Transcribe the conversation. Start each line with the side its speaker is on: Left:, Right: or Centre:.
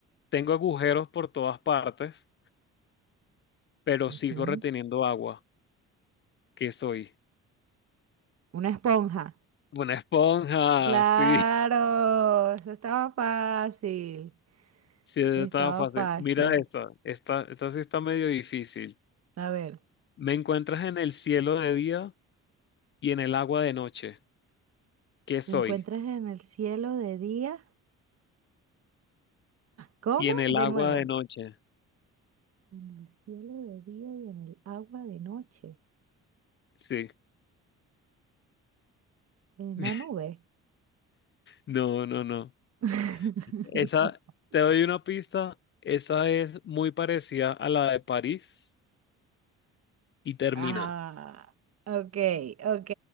Left: Tengo agujeros por todas partes, pero
Right: Ujú.
Left: sigo reteniendo agua. ¿Qué soy?
Right: Una esponja.
Left: Una esponja,
Right: Claro,
Left: <laughs> sí.
Right: eso estaba fácil.
Left: Sí, esa
Right: Estaba
Left: estaba fácil.
Right: fácil.
Left: Mira esta. Esta, esta sí está medio difícil.
Right: A ver,
Left: Me encuentras en el cielo de día y en el agua de noche. ¿Qué soy?
Right: ¿me encuentras en el cielo de día? ¿Cómo?
Left: Y en el
Right: De
Left: agua
Right: nuevo.
Left: de noche.
Right: En el cielo de día y en el agua de noche.
Left: Sí.
Right: En una
Left: <laughs>
Right: nube.
Left: No, no, no.
Right: <laughs>
Left: Esa, te doy una pista. Esa es muy parecida a la de París y termina.
Right: Ah, ok, ok,